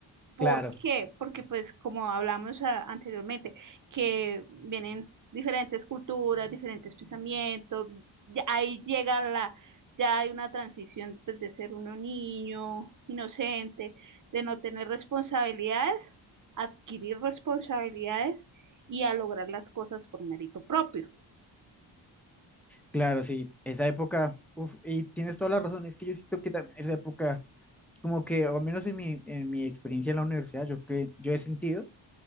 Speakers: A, on the right; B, in the centre.
A: ¿Por
B: Claro,
A: qué? Porque pues como hablamos ah, anteriormente, que vienen diferentes culturas, diferentes pensamientos, ya ahí llega la, ya hay una transición pues, de ser uno niño, inocente, de no tener responsabilidades, adquirir responsabilidades y a lograr las cosas por mérito propio.
B: claro, sí. Esa época, uf, y tienes toda la razón, es que yo siento que también esa época, como que, o al menos en mi, en mi experiencia en la universidad, yo que yo he sentido